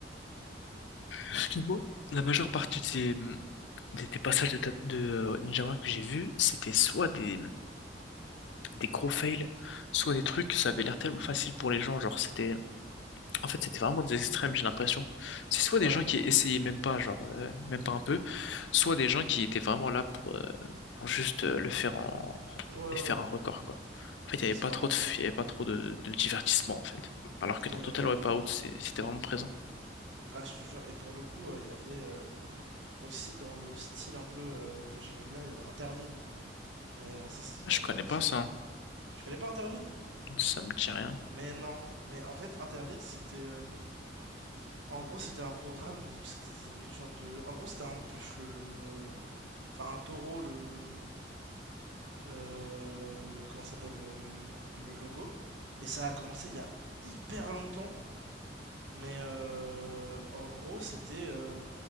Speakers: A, on the left; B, on the right.
A: Excuse-moi. La majeure partie des, des, des passages de, ta- de euh, Ninja Warrior que j'ai vus, c'était soit des, des gros fails, soit des trucs, ça avait l'air tellement facile pour les gens, genre c'était, en fait c'était vraiment des extrêmes, j'ai l'impression. C'est soit
B: Ouais,
A: des gens qui essayaient même pas, genre euh, même pas un peu, soit des gens qui étaient vraiment là pour, euh, pour juste euh, le faire en
B: ouais, ouais, ouais.
A: et faire un record quoi. En fait, il n'y
B: c'est
A: avait pas
B: vraiment
A: trop de,
B: ça.
A: il y avait pas trop de, de divertissement en fait. Alors que
B: Et
A: dans Total
B: euh,
A: Wipeout, c'est- c'était vraiment présent.
B: ah, je te jure. Et pour le coup, euh, il euh, y avait euh, aussi dans le style un peu euh, que j'aimais bien, il y avait Interville. Mais euh, ça, c'était
A: Ah, je
B: terminé
A: connais
B: aussi.
A: pas ça, hein.
B: Tu connais pas Interville?
A: ça me dit rien.
B: Mais non. Mais en fait, Interville, c'était euh, en gros, c'était un programme où c'était une sorte de. En gros, c'était un buffle, le. Enfin, un taureau, le. euh, le comment s'appelle le, le logo et ça a commencé il y a hyper longtemps mais euh, en gros c'était euh,